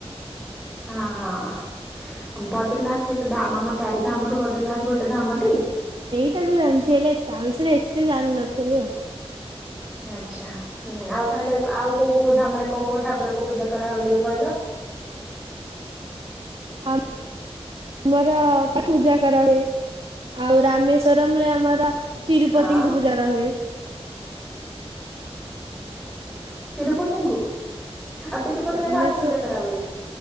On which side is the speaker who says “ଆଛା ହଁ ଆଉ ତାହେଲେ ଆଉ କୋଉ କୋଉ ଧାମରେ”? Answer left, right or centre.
Centre